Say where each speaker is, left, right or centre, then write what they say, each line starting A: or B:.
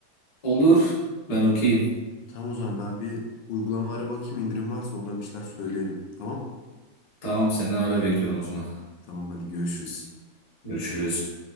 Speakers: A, on the left; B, on the left.
A: Olur ben okeyim.
B: Tamam o zaman ben bir uygulamalara bakayım indirim varsa oradan bir şeyler söyleyelim. Tamam?
A: Tamam senden haber bekliyorum o zaman.
B: Tamam hadi görüşürüz.
A: Görüşürüz.